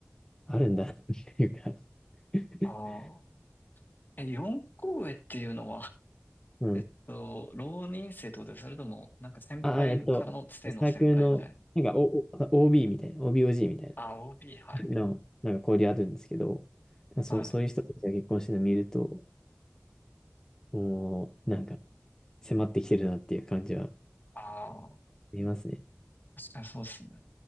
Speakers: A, on the left; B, on the left.
A: あるんだなっていうか <laughs>
B: ああ。え、四校へっていうのは、<laughs>
A: うん。
B: えっと、浪人生ってことです。それとも、なんか先輩からのつての先輩みたいな。
A: あ、あえっと、サークルの、なんか、お、お、OB みたいな、OBOG みたい
B: あ、OB、はい。
A: な、の、なんか交流あるんですけど、そう、
B: はい。
A: そういう人たちが結婚してるの見ると、もう、なんか、迫ってきてるなっていう感じはあ
B: ああ、
A: りますね。
B: 確かにそうですね。